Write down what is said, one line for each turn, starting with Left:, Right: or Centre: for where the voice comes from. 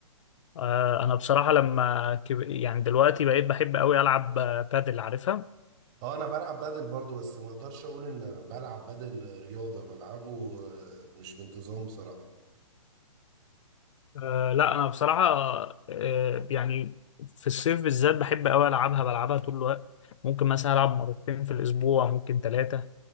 Left: آه، انا بصراحه لما كب... يعني دلوقتي بقيت بحب قوي العب آه، بادل عارفها
Right: اه انا بلعب بادل برضو بس ما اقدرش اقول ان أنا بلعب بادل رياضة بلعبه آه، مش بانتظام بصراحة
Left: أه لا انا بصراحه أه يعني في الصيف بالذات بحب قوي العبها بلعبها طول الوقت ممكن مثلا العب مرتين في الاسبوع ممكن ثلاثه